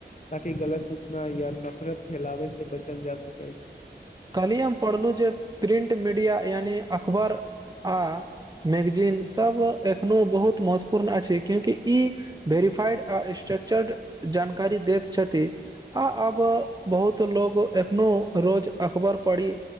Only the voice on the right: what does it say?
कहल्हि हम पढ़लहुँ जे प्रिंट मीडिया यानि अखबार आ मैगजीन सब एखनो बहुत महत्वपूर्ण अछि क्यूंकि ई वेरिफाइड आ स्ट्रक्चर्ड जानकारी दैत छथि आ आब बहुत लोग एखनो रोज अकबर पढ़ी